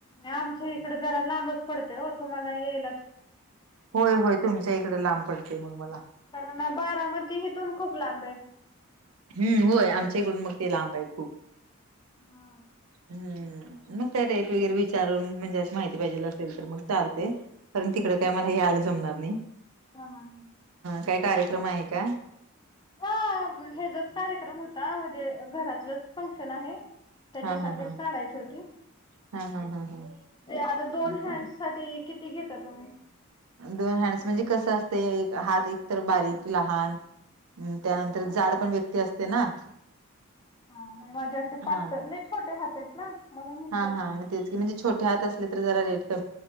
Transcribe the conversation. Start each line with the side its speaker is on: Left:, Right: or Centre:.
Left: आमच्या इकडे जरा लांबच पडतय हो तुम्हाला येईल
Right: होय होय तुमच्या इकडे लांब पडते मग मला.
Left: कार ना बारामती हिथून खूप लांब आहे.
Right: हम्म होय आमच्या इकडून मग ते लांब आहे खूप.
Left: हा
Right: हम्म मग का रेट वगैरे विचारून म्हणजे अशी माहिती पाहिजे असेल तर मग चालते. कारण तिकडं काय मला हेयला जमणार नाही.
Left: <unintelligible>
Right: काय कार्यक्रम आहे का?
Left: हा हेचाच कार्यक्रम होता म्हणजे घरातलंच फंक्शन आहे. त्याच्यासाठीच
Right: हा हा हा
Left: काढायची होती
Right: हा हा हा हा
Left: आता दोन
Right: चालेल
Left: हँड साठी किती घेता तुम्ही?
Right: दोन हँड्स म्हणजे कसं असते हात एकतर बारीक लहान हम् त्यानंतर
Left: हा
Right: जाड पण व्यक्ती असते ना
Left: ह नाही माझे असे
Right: हा
Left: पा नाह छोटे हात आहेत ना. म्हणून म्हटलं.
Right: हा हा म म्हणजे छोटे हात असले ज रेट